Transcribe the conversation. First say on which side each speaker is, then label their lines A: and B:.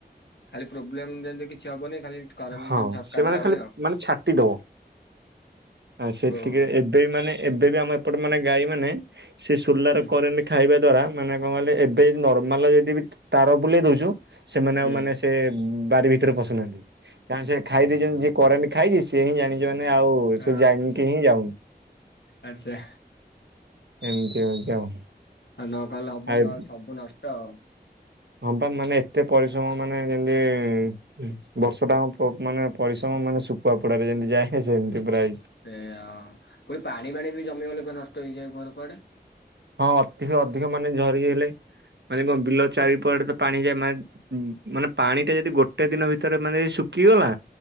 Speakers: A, on the left; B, on the right.
A: ଖାଲି ପ୍ରୋବ୍ଲେମ୍ ଦେଲେ କିଛି ହବନି ଖାଲି କରେଣ୍ଟ
B: ହଁ
A: ଯେମିତି ଝଟକା
B: ସେମାନେ
A: ଦେଲା
B: ଖାଲି
A: ଭଳିଆ ଆଉ
B: ମାନେ ଛାଟିଦବ ଆ ସେତିିକିରେ
A: ଓହୋ।
B: ଏବ୍ ଏଇ ମାନେ ଏବେ ବି ଆମ ଏପଟେ ମାନେ ଗାଈ ମାନେ ସେଇ ସୁୁଲାର
A: ହୁଁ
B: କରେଣ୍ଟ୍ ଖାଇବା ଦ୍ଵାରା ମାନେ କଣ କଇଲେ ଏବେ ନର୍ମାଲ ଯଦି ବି ତାର ବୁଲେଇ ଦଉଚୁ ସେମାନେ
A: ହୁଁ
B: ଆଉ ମାନେ ସ୍ ଏ ବାରି ଭିତରେ ପଶୁନାହାନ୍ତି କାରଣ ସେ ଖାଇ ଦେଇଚନ୍ତି ଯିଏ କରେଣ୍ଟ୍ ଖାଇକି ସିଏ ହିଁ ଜାଣିଚି ମାନେ ଆଉ
A: ହଁ
B: ସେ ଜାଣିକି ହିଁ ଯାଉନି।
A: ଆଚ୍ଛା।
B: ଏମିତି ହଉଚି ଆଉ।
A: ଆଉ ନ କଲେ ହବ
B: ଆଉ
A: ନଲେ ସବୁ ନଷ୍ଟ ଆଉ।
B: ହଁ ପା ମାନେ ଏତେ ପରିଶ୍ରମ ମାନେ ଯେମତି ବର୍ଷ ଟା ଆମ ପ ମାନେ ପରିଶ୍ରମ ମାନେ ଶୁଖୁଆ ପୋଡାରେ ଯେମିତି ଯାଏ ସେମିତି ପୁରା ହେଇଛି।
A: ସେଇୟା କୋଉଠି ପାଣି ପାଣି ବି ଜମି ଗଲେ <unintelligible> ନଷ୍ଟ ହେଇଯାଏ ଘର କୁଆଡେ।
B: ହଁ ଅତିିକ ଅଧିକ ମାନେ ଝରି ହେଲେ ମାନେ କଁ ବିଲ ଚାରିପଟେ ତ ପାଣି ଯାଏ ମା ମାନେ ପାଣି ଟା ଯଦି ଗୋଟେ ଦିନ ଭିତରେ ମାନେ ଏଇ ଶୁକିଗଲା